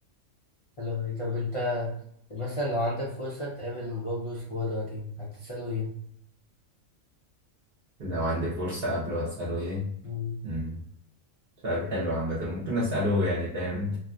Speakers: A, on the left; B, on the right.
A: حلو أوي. طب أنت مثلا لو عندك فرصة تقابل بابلو اسكوبار دلوقتي هتسأله إيه؟
B: لو عندي فرصة قبله أسأله إيه؟
A: مم.
B: مم. سؤال حلو عامة ممكن أسأله يعني فاهم